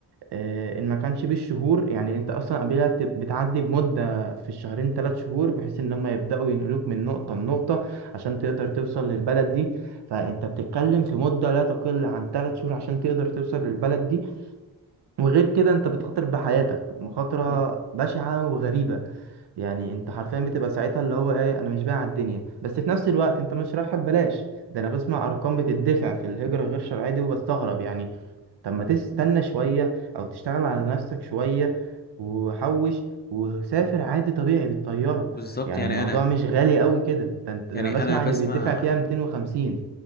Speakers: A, on the right; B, on the left.
A: آه، ان ما كانش بالشهور يعني انت اصلا قبلها بت- بتعدي بمده في الشهرين ثلاث شهور بحيث ان هم يبداوا ينقلوك من نقطه لنقطه عشان تقدر توصل للبلد دي فانت بتتكلم في مده لا تقل عن ثلاث شهور عشان تقدر توصل للبلد دي وغير كده انت بتخاطر بحياتك مخاطره
B: امم
A: بشعه وغريبه يعني انت حرفيا بتبقى ساعتها اللي هو ايه انا مش بايع على الدنيا بس في نفس الوقت انت مش رايحها ببلاش ده انا بسمع ارقام بتدفع في الهجره غير شرعيه دي وبستغرب يعني طب ما تستنى شوية أو تشتغل على نفسك شوية وحوش وسافر عادي طبيعي بالطيارة
B: بالظبط
A: يعني
B: يعني
A: الموضوع
B: انا
A: مش غالي قوي كده ده أنت- ده
B: يعني
A: أنا بسمع
B: انا بسمع
A: إن بيدفع فيها 250